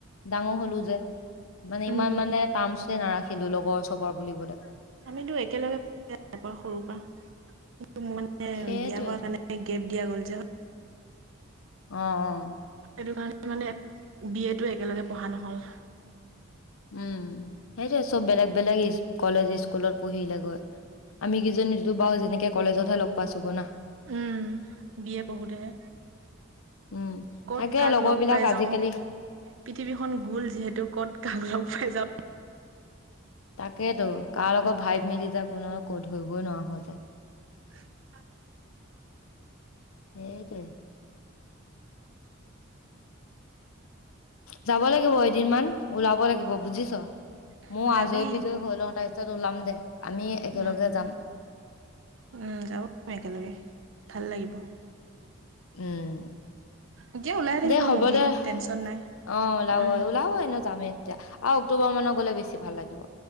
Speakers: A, on the left (about 80°); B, on the right (about 65°).
A: ডাঙৰ হলো যে। মানে
B: উম
A: ইমান মানে টামচে নাৰাখিলো লগৰ চৰ বুলিবলে।
B: আমিতো একেলগে পঢ়া সৰু পৰা। মোৰ মানে
A: সেইটোৱেতো
B: বিয়া হোৱা কাৰণে গেপ দিয়া গ'ল যে।
A: অ অ।
B: সেইটো কাৰণে মানে বি এ টো একেলগে পঢ়া নহল।
A: উম সেইটোৱে, চব বেলেগ বেলেগ কলেজ স্কুলত পঢ়িলে গৈ আমি কিজনী বাৰু যেনেকে কলেজতহে লগ পাইছো গৈ নহ?
B: উম বি এ পঢ়োতেহে।
A: উম
B: কত
A: থাকে
B: কাক
A: লগৰ
B: লগ
A: বিলাক
B: পাই
A: আজিকালি
B: যাও, পৃথিৱীখন গোল যিহেতু কত কাক লগ। খাই যাব।
A: তাকেতো কাৰ লগত ভাই মিলি যাওঁ কোনো ক ধৰিবই নোৱাৰা হৈ যায়।
B: উ
A: সেইটোৱে। যাব লাগিব এদিন মান ওলাব লাগিব বুজিছ।
B: যাওঁ
A: মই আজৰি
B: যাবি।
A: বিজয়ী হৈ লওঁ তাৰপিছত ওলাম দে। আমি একেলগে
B: উম
A: যাম
B: উম যাব একেলগে ভাল লাগিব।
A: উম
B: এতিয়া ওলাই থাকিব
A: দে হ'ব
B: মুভি
A: দে
B: টেনশ্যন নাই।
A: অ ওলাব
B: উম,
A: ওলাব এনে যামেই তেতিয়া আৰু অক্টোবৰ মানত গলে বেছি ভাল লাগিব।